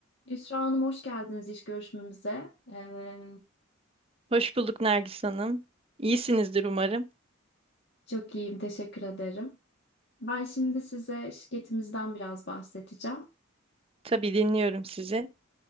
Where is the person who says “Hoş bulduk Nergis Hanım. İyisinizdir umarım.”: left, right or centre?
Right